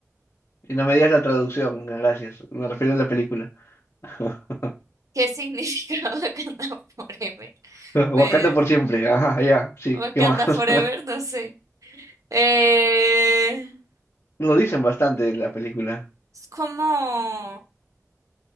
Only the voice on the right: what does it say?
¿Qué significa <laughs> Wakanda Forever?
Pues,
Wakanda
Forever, no sé. Eh,
es como,